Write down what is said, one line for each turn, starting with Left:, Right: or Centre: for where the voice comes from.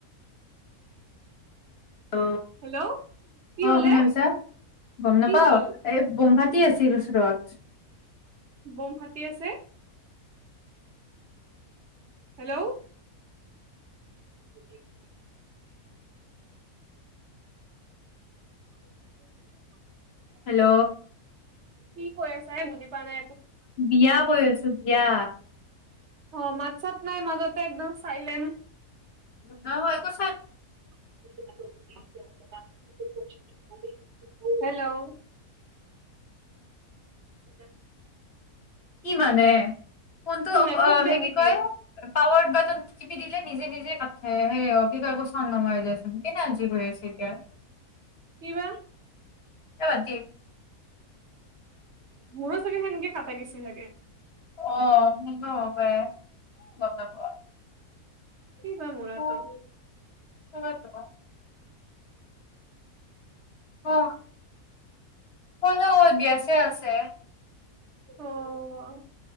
Left: অ
Right: হেল্ল' কি
Left: অ
Right: হলে
Left: শুনা পিইছা গম নাপাওঁ
Right: কি হ'ল
Left: এই বিয়া কি আছিল ওচৰত
Right: বম ফাটি আছে হেল্ল' <unintelligible> <unintelligible>
Left: হেল্ল'
Right: কি কৈ আছা এই বুজি পোৱা পাৰে
Left: বিয়া কৈ আছো বিয়া
Right: অ মাছাত নাই মাজতে একদম চাইলেণ্ট
Left: নহয় কই
Right: <unintelligible> হেল্ল' জ
Left: কি মানে কোনটো
Right: নেটৱৰ্ক
Left: অ
Right: বেয়া
Left: সে কি
Right: নেকি
Left: কয় পাৱাৰ বটম সি দিলে নিজে নিজে কাত খাই আহে কি কয় একো চাওন নহা হৈ আছে যায়চোন কেনা আলজীৱ হৈ আছে এতিয়া
Right: কিবা
Left: বাদ দে
Right: মোৰো চাগে সেনকে কাটা গৈছে চাগে
Left: অ সেইটো হ'ব পাৰে গম নাপাওঁ
Right: কি বা মুৰাটো
Left: অ ক'ত অ অ বিয়া চিয়া আছে
Right: অ